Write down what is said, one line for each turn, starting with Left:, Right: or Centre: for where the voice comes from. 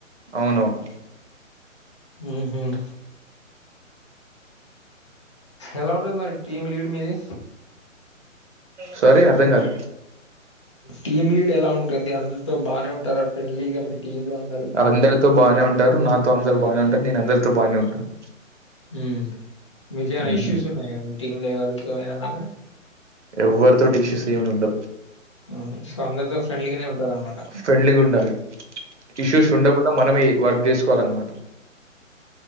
Right: అవునవును
Left: హ్మ్ హ్మ్ ఎలా ఉంటది మరి టీం లీడ్ మీది
Right: సారీ అర్ధం కాదు
Left: టీమ్ లీడ్ ఎలా ఉంటుంది అందరితో బాగానే ఉంటారా ఫ్రెండ్లీగా టీమ్ లో అందరు
Right: అందరితో బాగానే ఉంటారు నాతో అందరుూ బానే ఉంటారు నేను అందరితో బానే ఉంటాను
Left: హ్మ్ మీకేమన
Right: మ్మ్.
Left: ఇష్యూస్ ఉన్నాయా మి టీమ్ లేవ నా కూడాడ
Right: ఎవ్వరితోటి ఇష్యూస్య ఏం ఉండ
Left: ఉమ్. సో అందరితో ఫ్రెండ్లీగానే ఉంటారు అనమాట
Right: ఫ్రెండ్లీగా ఉండాలి ఇష్యూస్ ఉండకుండా మనమే వర్క్ చేసుకోవాలన్నమాట